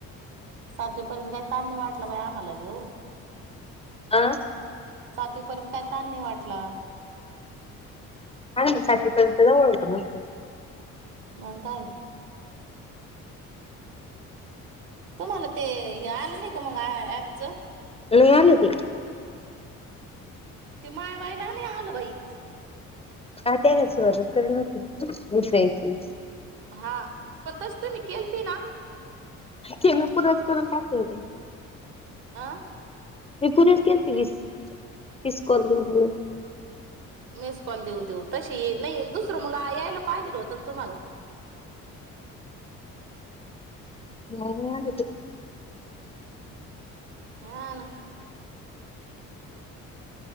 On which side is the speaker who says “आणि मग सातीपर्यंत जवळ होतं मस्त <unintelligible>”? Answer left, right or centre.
Left